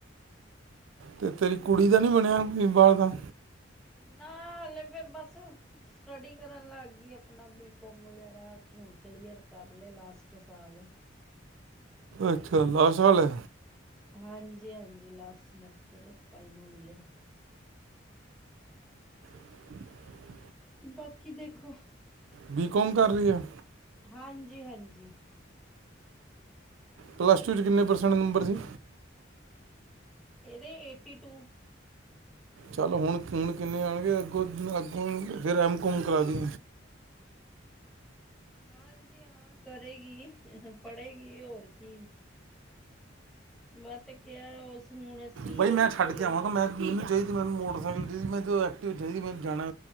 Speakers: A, on the right; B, in the centre.
A: ਤੇ ਤੇਰੀ ਕੁੜੀ ਦਾ ਨੀ ਬਣਿਆ ਵੀ ਬਾਰ ਦਾ।
B: ਨਾ ਹਲੇ ਫੇਰ ਬੱਸ। ਸਟੱਡੀ ਕਰਨ ਲਾਗੀ ਆਪਣਾ ਬੀਕੌਮ ਵਗੈਰਾ ਹੁਣ ਕਲੀਅਰ ਕਰਲੇ ਲਾਸਟ ਸਾਲ ਐ।
A: ਅੱਛਾ ਲਾ ਸਾਲ ਐ।
B: ਹਾਂਜੀ-ਹਾਂਜੀ ਲਾਸਟ ਸਮੈਸਟਰ ਫਾਈਨਲ ਈਅਰ।
A: <unintelligible> <unintelligible>
B: ਬਾਕੀ ਦੇਖੋ
A: ਬੀਕਾਮ ਕਰ ਰਹੀ ਹੈ
B: ਹਾਂਜੀ-ਹਾਂਜੀ
A: ਪਲੱਸ ਟੂ ਚ ਕਿੰਨੇ ਪਰਸੈਂਟ ਨੰਬਰ ਸੀ?
B: ਇਹਦੇ ਏਟੀ ਟੂ।
A: ਚੱਲ ਹੁਣ ਹੁਣ ਕਿੰਨੇ ਆਣਗੇ ਅੱਗੋਂ ਅੱਗੋਂ ਫਿਰ ਐਮ ਕੋਂਮ ਕਰਾ ਦੀ।
B: ਹਾਂਜੀ ਹਾਂ ਕਰੇਗੀ ਪੜ੍ਹੇਗੀ ਹੋਰ ਕੀ। ਮੈਂ ਤੇ ਕਿਹਾ ਉਸ ਹੁਣ ਸੀ
A: ਬਾਈ
B: ਏ
A: ਮੈਂ ਛੱਡ
B: ਕੋਲ
A: ਕੇ ਆਵਾਂਗਾ ਮੈਂ ਮੈਨੂੰ ਨੀ ਚਾਈਦੀ ਮੈਨੂੰ ਮੋਟਰਸਾਈਕਲ ਚਈ ਮੈਂ ਤਾਂ ਐਕਟੀਵ ਚਈ ਮੈਨ ਜਾਣਾ